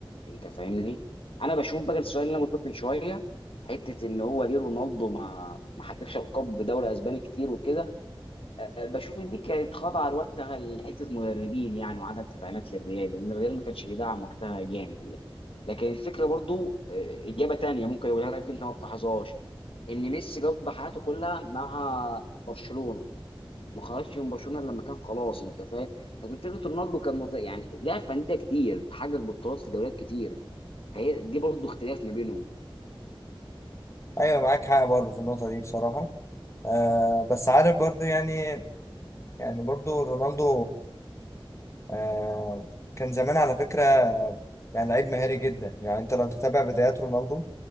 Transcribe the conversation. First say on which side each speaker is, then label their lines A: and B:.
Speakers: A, on the left; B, on the left.
A: انت فاهمني انا بشوف بقى السؤال اللي انا قلت لك من شويه حته ان هو ليه رونالدو ما ما حققش القاب بدوري اسباني كتير وكده أه، بشوف ان دي كانت خاضعه لوقتها لحته مدربين يعني وعدم تدعيمات للريال لان الريال ما كانش بيدعم وقتها جامد يعني لكن الفكره برضو أه، اجابه تانية ممكن اقولها لك انت ما تلاحظهاش ان ميسي قضى حياته كلها مع برشلونه ما خرجش من برشلونه إلا لما كان خلاص انت فاهم لكن فكره رونالدو كان مت... يعني لعب في انديه كتير حقق بطولات في دوريات كتير هي دي برضه اختلاف ما بينهم
B: ايوه معاك حق برضو في النقطه دي بصراحه آه بس عارف برضو يعني يعني برضو رونالدو آه كان زمان على فكرة آه، يعني لعيب مهاري جدا يعني انت لو تتابع بدايات رونالدو